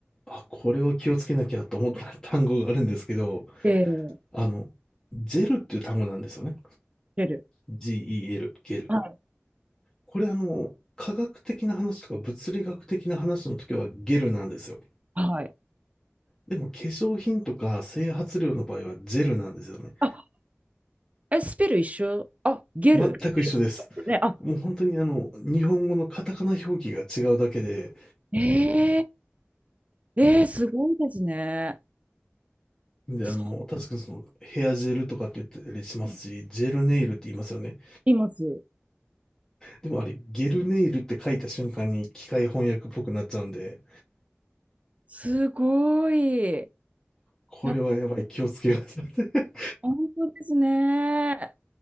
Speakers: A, on the left; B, on the right.
A: あ、これは気をつけなきゃと思った <laughs> 単語があるんですけど、
B: ゲル、
A: あの、ジェルっていう単語なんですよね。
B: ゲル。
A: G-E-L、ゲル。
B: はい。
A: これあの、科学的な話とか物理学的な話の時はゲルなんですよ。
B: はい。
A: でも化粧品とか整髪料の場合はジェルなんですよね。
B: あ、え、スペル一緒あ、ゲル。
A: 全く一緒です。
B: ね、あ、
A: もう本当にあの、日本語のカタカナ表記が違うだけで、
B: えー、えー、すごいですね。
A: で、
B: そ
A: あの、確かにそのヘアジェルとかって言ったりしますし、
B: う。
A: ジェルネイルって言いますよね。
B: います。
A: でもあれ、ゲルネイルって書いた瞬間に機械翻訳っぽくなっちゃうんで、
B: すごい。
A: これはやばい、
B: な、
A: 気をつけようってなって。
B: 本当ですね。